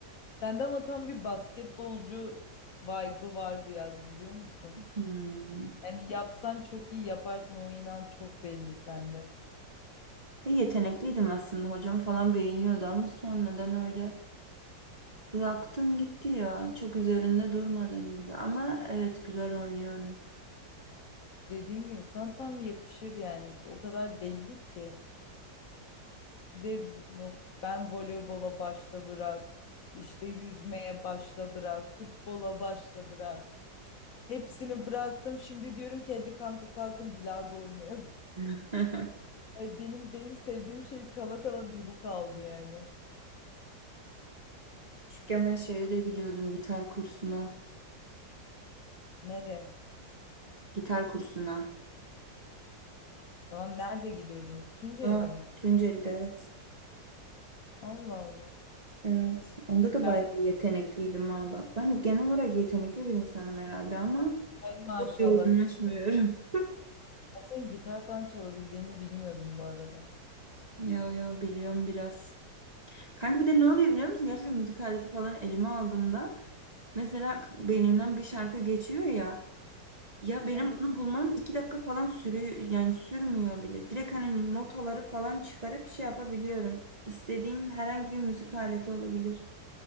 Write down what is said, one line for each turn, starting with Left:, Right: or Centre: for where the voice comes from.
Left: sende ama tam bir basketbolcu vibe'ı var biraz biliyor musun?
Right: Hmm.
Left: Yani yapsan çok iyi yaparsın o inan çok belli sende.
Right: E, yetenekliydim aslında. Hocam falan beğeniyordu ama sonradan öyle bıraktım gitti ya. Çok üzerinde durmadım gibi. Ama evet güzel oynuyorum.
Left: Dediğim gibi sana tam yakışır yani. O kadar belli ki. Bir de yok ben voleybola başla bırak. işte yüzmeye başla bırak. Futbola başla bırak. Hepsini bıraktım. Şimdi diyorum ki hadi kanka kalkın bilardo oynayalım. <laughs>
Right: <laughs>
Left: Ay Benim benim sevdiğim şey kala kala bir bu kaldı yani.
Right: Küçükken ben şeye de gidiyordum gitar kursuna.
Left: Nereye?
Right: Gitar kursuna.
Left: Tamam nerede gidiyordun? Tuncay'da
Right: Aa,
Left: mi?
Right: Tunceli'de evet.
Left: Allah Allah.
Right: Evet. Onda da
Left: Ben
Right: bayağı yetenekliydim ha bak. Ben genel olarak yetenekli bir insanım herhalde ama
Left: ay maşallah.
Right: çok yoğunlaşmıyorum.
Left: Ben senin gitar falan çalabildiğini bilmiyordum bu arada.
Right: <laughs> Yo yo biliyorum biraz. Kanka bir de ne oluyor biliyor musun? Gerçekten müzik aleti falan elime aldığımda mesela k- beynimden bir şarkı geçiyor ya. Ya benim
Left: Evet.
Right: onu bulmam iki dakika falan sürüyor yani sürmüyor bile. Direkt hani notaları falan çıkarıp şey yapabiliyorum. İstediğin herhangi bir müzik aleti olabilir.